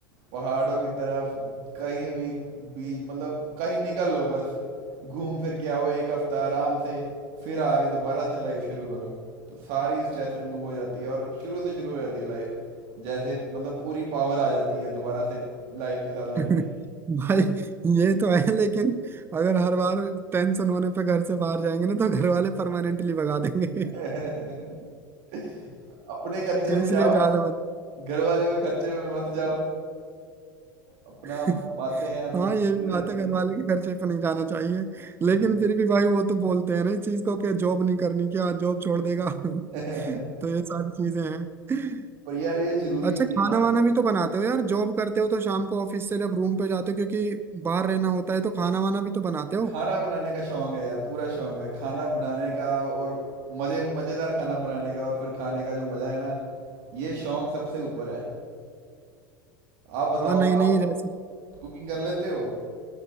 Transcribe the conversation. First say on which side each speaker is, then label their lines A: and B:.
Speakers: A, on the right (about 50°); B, on the right (about 20°).
A: पहाड़ों की तरफ कहीं भी बीच मतलब कहीं निकल लो बस घूम फिर के आओ एक हफ्ता आराम से फिर आगे दोबारा से लाइफ शुरू करो तो सारी स्ट्रेस रिमूव हो जाती है और शुरू से शुरू हो जाती है लाइफ जैसे मतलब पूरी पावर आ जाती है दोबारा से लाइफ के साथ लड़ने
B: <laughs> भाई ये तो है लेकिन अगर हर बार टेंशन होने पे घर से बाहर जाएंगे ना तो घर वाले परमानेंटली भगा देंगे <laughs>
A: की <laughs> अपने खर्चे
B: तो इसलिए
A: पे जाओ
B: ज्यादा मत
A: घर वाले के खर्चे पे मत जाओ अपना
B: <laughs>
A: कमाते हैं
B: हाँ
A: तो चले
B: ये भी
A: जाते
B: बात है घर
A: हैं
B: वाले के खर्चे पे नहीं जाना चाहिए लेकिन
A: सही
B: फिर भी भाई वो तो बोलते हैं ना इस चीज को कि जॉब नहीं करनी क्या जॉब छोड़ देगा <laughs>
A: <laughs>
B: तो ये सारी चीजें हैं
A: पर यार ये जरूरी
B: अच्छा
A: भी
B: खाना
A: है।
B: वाना भी तो बनाते हो यार जॉब करते हो तो शाम को ऑफिस से जब रूम पे जाते हो क्योंकि बाहर रहना होता है तो खाना वाना भी तो बनाते हो
A: खाना बनाने का शौक है यार पूरा शौक है खाना बनाने का और मजे मजेदार खाना बनाने का और फिर खाने का जो मजा है ना ये शौक सबसे ऊपर है आप बताओ
B: हाँ नई नई
A: आप
B: रेसिपी
A: कुकिंग कर लेते हो